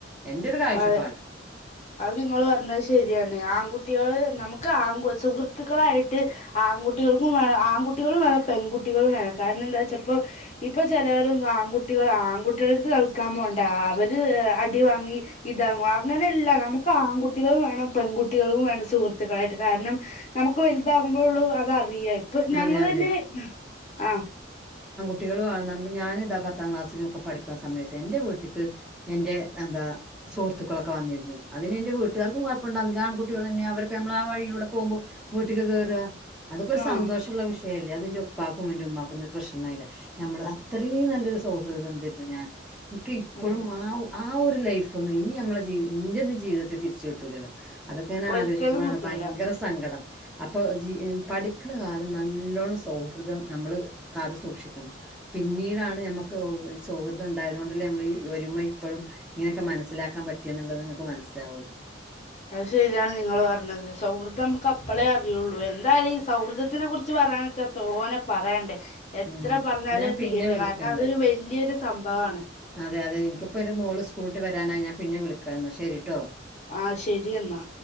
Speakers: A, in the centre; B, on the left.
A: എൻ ന്റൊരു കാഴ്ച്ചപ്പാട്
B: അതെ അത് നിങ്ങള് പറഞ്ഞത് ശെര്യാണ് ആൺകുട്ട്യാള് നമ് ക്ക് ആങ്കു സുഹൃത്തുക്കളായിട്ട് ആൺകുട്ടികൾക്കും വേണം ആൺകുട്ടികളും വേണം പെൺകുട്ടികളും വേണം കാരണം ന്താച്ചപ്പോ ഇപ്പൊ ചിലവരൊന്നും ആൺകുട്ടികള് ആൺകുട്ടികളടുത്ത് കളിക്കാൻ പോണ്ട അവര് അടി വാങ്ങി ഇതാവും അങ്ങനെ എല്ലാ നമുക്ക് ആൺകുട്ടികളും വേണം പെൺകുട്ടികളും വേണം സുഹൃത്തുക്കളായിട്ട് കാരണം നമുക്ക് വലുതാകുമ്പോള്ളൂ അത് അറിയെ ഇപ്പൊ ഞങ്ങളെന്നെ
A: അതെ അതെ
B: ആ
A: കുട്ടികള് വാണംന്നറിമ്പോ ഞാനിതാ പത്താം ക്ലാസ്സിനൊക്കെ പഠിക്കുന്ന സമയത്ത് എന്റെ വീട്ടിക്ക് എന്റെ എന്താ സുഹൃത്തുക്കളൊക്കെ വന്നിരുന്നു അതിന് ന്റെ വീട്ടുകാർക്കും കുഴപ്പണ്ടായിർന്നില ആൺകുട്ടലെന്നെ അവർക്ക് നമ്മള ആ വഴിയിലൂടെ പോകുമ്പൊ വീട്ടിക്ക് കേറാ
B: ആ
A: സന്തോഷള്ള വിഷയ അല്ല അത് ന്റെ ഉപ്പാക്കും ഉമാക്കുംന്നും ഒരു പ്രശ്നംണ്ടായില്ല നമ്മള് അത്രേം നല്ലൊരു സൗഹൃദബന്ധേർന്നു ഞാന് നിക്ക് ഇപ്പോഴും
B: അതെ
A: ആവു ആ ഒരു ലൈഫ്ന്നും ഇനി നമ്മളെ ജീവി ഇന്റെ ഒന്നും ജീവിത്തിൽ തിരിച്ചുകിട്ടൂലല്ലോ അതൊക്കെ ങ്ങനെ
B: ഒരിക്കലും
A: ആലോചിക്കുമ്പോണ്
B: കിട്ടൂല
A: ഭയങ്കര സങ്കടം അപ്പൊ ജ്ജ് ഈ പഠി ക്കണ കാലം നല്ലോണം സൗഹൃദം നമ്മള് കാത്തു സൂക്ഷിക്കണം പിന്നീടാണ് ഞമ്മക്ക് ഔ ഈ സൗഹൃദം ഉണ്ടായത് കൊണ്ടല്ലേ നമ്മൾ ഈ ഒരുമ ഇപ്പോഴും ഇങ്ങനെയൊക്കെ മനസ്സിലാക്കാൻ പറ്റിയെന്നുള്ളത് ങ്ങക്ക് മനസ്സിലാവുള്ളു
B: അത് ശരിയാണ് നിങ്ങള് പറഞ്ഞത് സൗഹൃദം നമുക്ക് അപ്പളേ അറിയുള്ളൂ എന്തായാലു ഈ സൗഹൃദത്തിനെ കുറിച്ച് പറയാന് ച്ചാ തോനെപറയാണ്ടേ എത്ര
A: ഉം
B: പറഞ്ഞാലും
A: ഞാൻ
B: അത്
A: പിന്നെ
B: തീരില്ല
A: വിളിക്കണ്ട്
B: കാരണം അതൊരു വെല്ല്യൊരു സംഭവാണ്
A: അതെ അതെ എനിക്കിപ്പോ എന്റെ മോള് സ്കൂൾട്ട് വരാനായി ഞാൻ പിന്നെ വിളിക്കാ എന്നാ ശരിട്ടോ
B: ആഹ് ശരിയെന്നാ